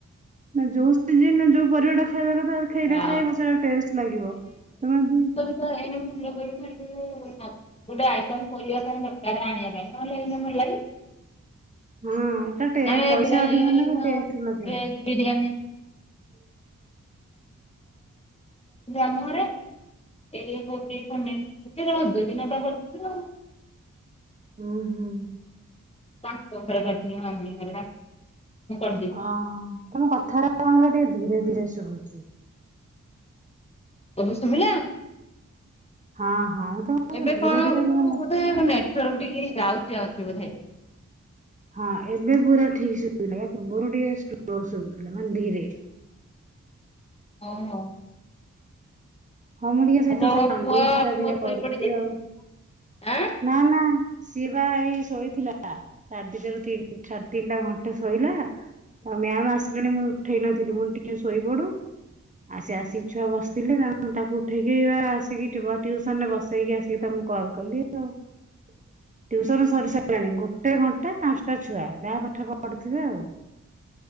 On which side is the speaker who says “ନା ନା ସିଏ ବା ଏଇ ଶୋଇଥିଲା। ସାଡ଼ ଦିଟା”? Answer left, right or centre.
Right